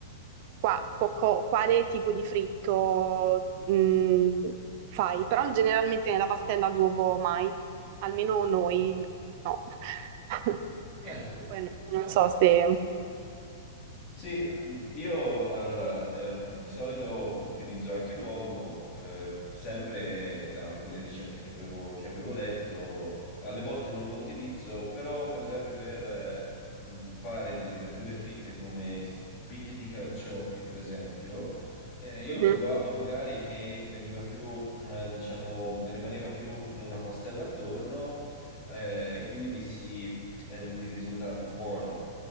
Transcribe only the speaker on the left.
Ecco,
ecco.
Sì, ehm, io allora eh, di solito utilizzo anche l'uovo, eh, sempre da alcune ricette che avevo, che avevo letto, alle volte non lo utilizzo, però per esempio per eh, mh, fare delle verdure fritte come spicchi di carciofi, per esempio, eh, io
ho trovato magari che veniva più, eh, diciamo, rimaneva più una pastella attorno eh, e quindi mi si, eh, mi risultava più buono.